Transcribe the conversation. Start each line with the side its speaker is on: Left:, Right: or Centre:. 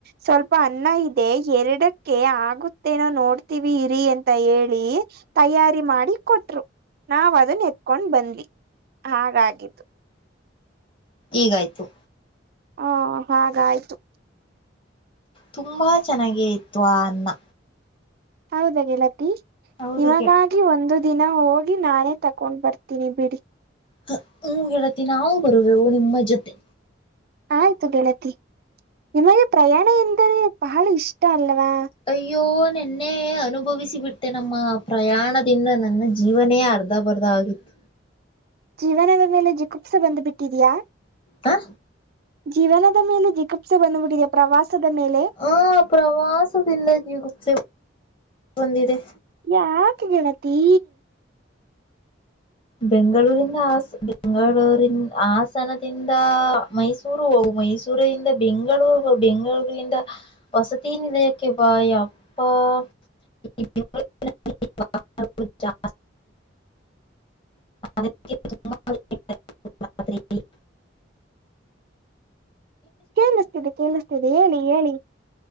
Right: ಸ್ವಲ್ಪ ಅನ್ನ ಇದೆ ಎರಡಕ್ಕೆ ಆಗುತ್ತೇನೋ ನೋಡ್ತೀವಿ ಇರಿ ಅಂತ ಹೇಳಿ. ತಯಾರಿ ಮಾಡಿ ಕೊಟ್ರು ನಾವ ಅದನ್ನ ಎತ್ಕೊಂಡ್ ಬಂದ್ವಿ. ಹಾಗಾಗಿದ್ದು.
Left: ಈಗಾಯ್ತು.
Right: ಹಾ ಹಾಗ ಆಯ್ತು.
Left: ತುಂಬ ಚೆನ್ನಾಗೇ ಇತ್ತು ಆ ಅನ್ನಾ.
Right: ಹೌದಾ ಗೆಳತಿ
Left: ಹೌದು
Right: ಇವಾಗ
Left: ಗೆ
Right: ಗಿ ಒಂದು ದಿನ ಹೋಗಿ ನಾನೇ ತಕೊಂಡ್ ಬರ್ತೀನಿ ಬಿಡಿ.
Left: ಹ್ ಹ್ಮ್ ಗೆಳತಿ ನಾವು ಬರುವೇವು ನಿಮ್ಮ ಜೊತೆ.
Right: ಆಯ್ತು ಗೆಳತಿ ನಿಮಗೆ ಪ್ರಯಾಣ ಎಂದರೆ ಬಹಳ ಇಷ್ಟ ಅಲ್ಲವಾ.
Left: ಅಯ್ಯೋ ನೆನ್ನೆ ಅನುಭವಿಸಿ ಬಿಟ್ಟೆ ನಮ್ಮ ಪ್ರಯಾಣದಿಂದ ನನ್ನ ಜೀವನೇ ಅರ್ಧ ಅರ್ದ ಬರ್ದ ಆಗಿತ್
Right: ಜೀವನದ ಮೇಲೆ ಜಿಗುಪ್ಸೆ ಬಂದ್ ಬಿಟ್ಟಿದ್ಯಾ.
Left: ಹ
Right: ಜೀವನದ ಮೇಲೆ ಜಿಗುಪ್ಸೆ ಬಂದ್ಬಿಟ್ಟಿದೆ ಪ್ರವಾಸದ ಮೇಲೆ.
Left: ಹಾ ಪ್ರವಾಸದಿಂದ ಜಗುಪ್ಸೆ ಬಂದಿದೆ.
Right: ಯಾಕ ಗೆಳತಿ.
Left: ಬೆಂಗಳೂರಿಂದ ಹಾಸ ಬೆಂಗಳೂರಿ ಹಾಸನದಿಂದ ಮೈಸೂ ಳುರು ಮೈಸೂರಿಂದ ಬೆಂಗಳೂರು ಬೆಂಗಳೂರಿಂದ ವಸತಿ ನಿಲಯಕ್ಕೆ ಬಾಯ ಅಪ್ಪಾ. <unintelligible> <unintelligible>
Right: ಕೇಳಸ್ತಿದೆ ಕೇಳಸ್ತಿದೆ ಹೇಳಿ ಹೇಳಿ.